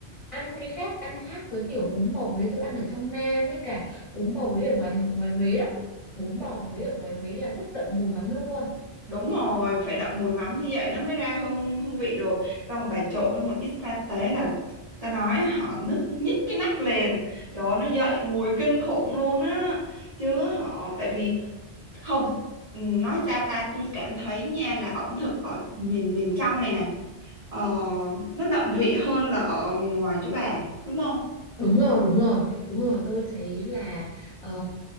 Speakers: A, on the left (about 30°); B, on the right (about 35°).
A: ăn cái khác ăn khác với kiểu bún bò Huế tôi ăn ở trong Nam với cả bún bò Huế ở ngoài ngoài Huế lắm. Bún bò Huế ở ngoài Huế là rất đậm mùi lắm luôn.
B: đúng rồi, phải đậm mùi mắm như vậy nó mới ra hương hương vị được. Xong bà trộn với một ít sa tế là ta nói họ nức nhức cái nách lên. Trời ơi, nó dậy mùi kinh khủng luôn á. Chứ họ tại vì không ừ, nói sao ta tôi cảm thấy nha là ẩm thực ở miền miền trong này này ờ, nó đậm vị hơn là ở miền ngoài chỗ bà đúng không
A: Đúng rồi, đúng rồi, đúng rồi. Tôi thấy là ờ,